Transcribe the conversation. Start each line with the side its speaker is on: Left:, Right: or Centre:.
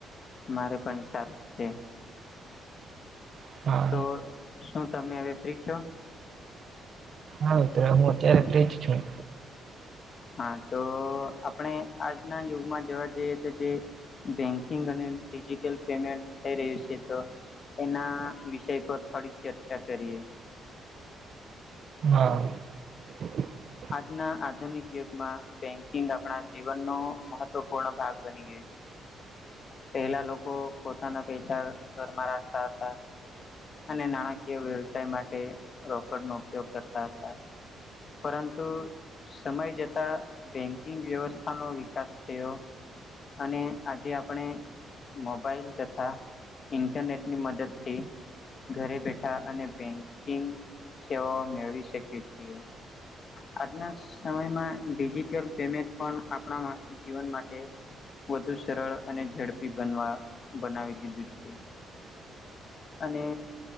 Left: મારે પણ સારું છે
Right: હા
Left: તો શું તમે હવે ફ્રી છો
Right: હાત હું અત્યારે ફજ છું
Left: હા તો આપણે આજના યુગમાં જોવા જઈએ તો જે બેંકિંગ અને ડિજિટલ પેમેન્ટ થઈ રહ્યું છે તો એના વિષય પર થોડીક ચર્ચા કરીએ
Right: હા <unintelligible>
Left: આજના આધુનિક યુગમાં બેન્કિંગ આપણા જીવનનો મહત્વપૂર્ણ ભાગ બને ગઈ પેલા લોકો પોતાના પૈસા ઘરમાં રાખતા હતા અને નાણાકીય વ્યવસાય માટે રોકડ નો ઉપયોગ કરતા હતા પરંતુ સમય જતા બેંકિંગ વ્યવસ્થાનોો વિકાસ થયો અને આજે આપણે મોબાઈલ તથા ઇન્ટરનેટની મદદથી ઘરે બેઠા અને બેંકિંગ સેવાઓ મેળવી શકીએ છીએ આજના સમયમાં ડિજિટલ પેમેન્ટ પણ આપણા જીવન માટે વધુ સરળ અને ઝડપી બનવા બનાવી દીધું છે અને